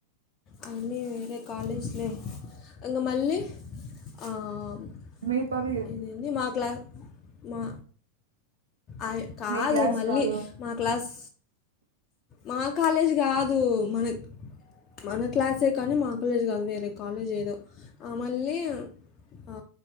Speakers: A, on the left; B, on the right.
A: అన్ని వేరే కాలేజ్లే అంగ మళ్ళీ ఆమ్
B: మీ పవి
A: ఇదేంది మా క్లా మా అయి కాదు
B: మీ క్లాస్
A: మళ్ళీ
B: కాదు
A: మా క్లాస్ మా కాలేజ్ గాదు మనక్ మన క్లాసే కానీ మా కాలేజ్ గాదు వేరే కాలేజ్ ఏదో ఆ మళ్ళీ ఆ